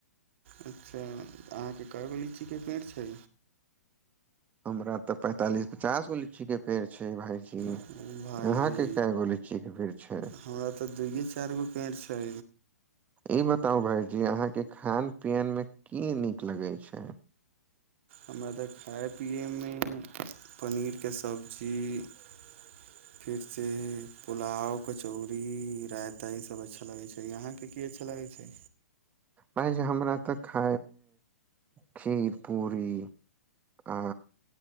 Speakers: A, on the right (about 50°); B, on the right (about 20°).
A: अच्छा अहाँके काय गो लीची के पेड़ छै
B: हमरा तऽ पैंतालिस पचास गो लीची केे पेड़ भायजी
A: ओ भाइजी
B: यहाँ क कैय गो लीची के पेड़ छै
A: हमरा तऽ दुइए चारि गो पेड़ छै
B: ई बताउ भाई अहाँके खान पियनमे की नीक लगै छै
A: हमरा तऽ खाय पिये मे पनीर के सब्जी खिचैर पुलाव कचौड़ी रायता ई सब अच्छा लगै छै अहां के की अच्छा लगे छै
B: भ हमरा तऽ ख खीर पूरी आ